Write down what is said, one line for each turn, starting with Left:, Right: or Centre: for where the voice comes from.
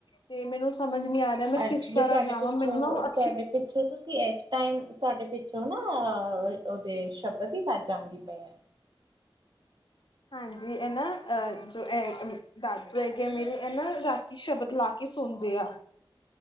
Left: ਤੇ ਮੈਨੂੰ ਸਮਝ ਨੀ ਆ ਰਿਹਾ ਮੈਂ
Right: ਐਕਚੁਲੀ
Left: ਕਿਸ ਤਰ੍ਹਾਂ
Right: ਤੁਹਾਡੇ
Left: ਜਾਵਾਂ
Right: ਪਿੱਛੋਂ
Left: ਮੈਨੂੰ ਨਾ ਅੱਛੀ
Right: ਤੁਹਾਡੇ ਪਿੱਛੋਂ ਤੁਸੀਂ ਇਸ ਟਾਈਮ ਤੁਹਾਡੇ ਪਿੱਛੋਂ ਨਾ ਅ ਓਹਦੀ ਸ਼ਬਦ ਦੀ ਅਵਾਜਾ ਆਂਦੀ ਪਈਆ ਨੇ
Left: ਹਾਂਜੀ ਇਹ ਨਾ ਅਹ ਜੋ ਇਹ ਦਾਦੂ ਹੈਗੇ ਆ ਮੇਰੇ ਇਹ ਨਾ ਰਾਤੀ ਸ਼ਬਦ ਲਾ ਕੇ ਸੌਂਦੇ ਆ